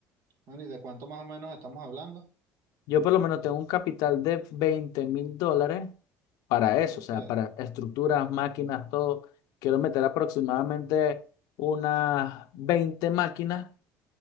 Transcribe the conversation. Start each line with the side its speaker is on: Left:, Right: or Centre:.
Right: Bueno, ¿y de cuánto más o menos estamos hablando?
Left: Yo por lo menos tengo un capital de veinte mil dólares para eso,
Right: Ok,
Left: o sea, para estructuras, máquinas, todo. Quiero meter aproximadamente unas 20 máquinas